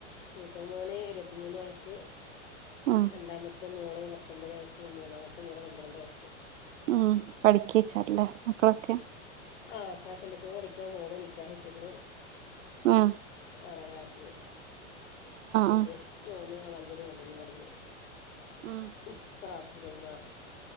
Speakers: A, on the left; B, on the right.
A: മൂത്ത മോന് ഇരുപത്തിമൂന്ന് വയസ്സ്
B: ആഹ്
A: രണ്ടാമത്തെ മോള് പത്തൊമ്പത് വയസ് മൂന്നാമത്തെ മോള് പന്ത്രണ്ട് വയസ്സ്
B: ഉം പഠിക്കേക്കാരല്ലേ മക്കളൊക്കെ
A: ആ ഫാഷൻ ഡിസൈന് പഠിക്കാ മോള് നിക്കാഹ് കഴിച്ച്ക്ക്ണ്
B: ആ
A: ഇത്രാ ക്ലാസ്സില് മോന്
B: ആഹ്
A: മോന് ഞ്ചര മൊബൈും കടിക്ക
B: ഉം
A: മ് ക്ക്‌റ് ഗാസ് ഗെയിം ആ